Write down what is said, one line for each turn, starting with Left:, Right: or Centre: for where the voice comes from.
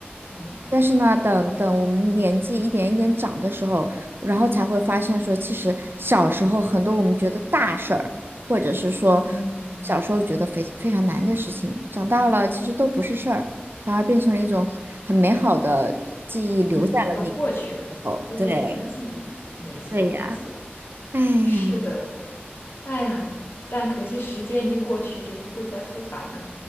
Left: 嗯
Right: 但是呢，等等我们年纪一点一点长的时候，然后才会发现说，其实小时候很多我们觉得大事儿，或者是说
Left: 嗯
Right: 小时候觉得非非常难的事情，长大了其实都不是事儿，反而变成了一种很很美好的记忆，留在了那个时候。
Left: 嗯，都过去了，都变成了记忆。
Right: 对，
Left: 没错没错，
Right: 对呀，哎呀。
Left: 是的。哎呀，但可惜时间一过去就不会再复返了。